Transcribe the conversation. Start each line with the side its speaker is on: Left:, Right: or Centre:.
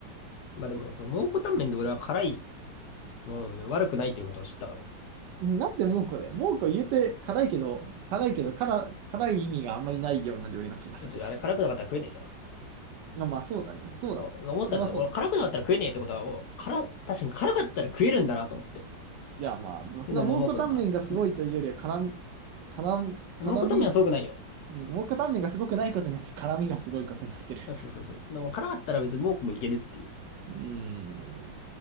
Left: まあでも、その蒙古タンメンで俺は辛いものね、悪くないということを知ったからね。
Right: ど。なんで蒙古で蒙古言うて辛いけど、辛いけど、辛、辛い意味があんまりないような料理な気がするけど。
Left: 別ちょっとあれ辛くなかったら食えねえじゃん。
Right: まあまあそうだね。そうだわ。
Left: お思ったんだよ。
Right: それはそうだね。
Left: 俺辛くなかったら食えねえってことは、お辛、確かに辛かったら食えるんだなと思って。
Right: いやまあ、でもそれは蒙古タンメンがすごいというよりは、
Left: で、のももうこでもある。
Right: 辛み、辛み、辛み、
Left: んもうこためはすごくないよ。
Right: 蒙古タンメンがすごくないことによって辛みがすごいことになってる。
Left: そうそうそう。でも辛かったら別に僕もいけるっていう。っ
Right: うん。